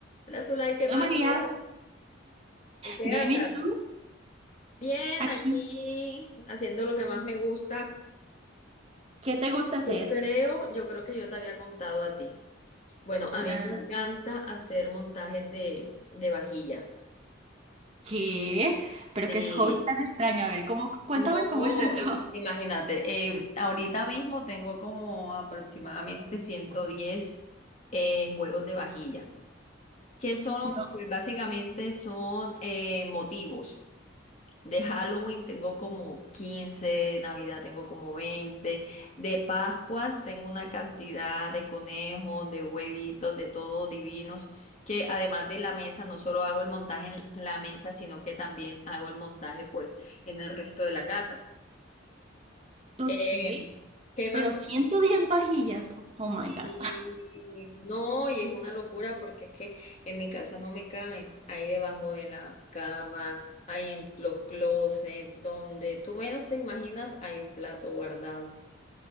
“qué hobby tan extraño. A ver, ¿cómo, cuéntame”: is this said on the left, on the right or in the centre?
Right